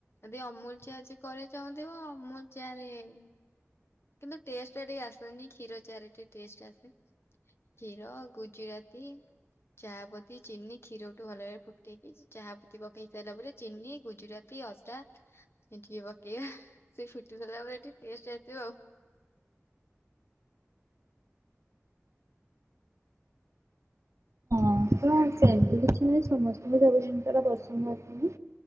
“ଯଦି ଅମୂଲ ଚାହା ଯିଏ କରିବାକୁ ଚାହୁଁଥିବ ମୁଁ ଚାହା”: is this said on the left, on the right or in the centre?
Left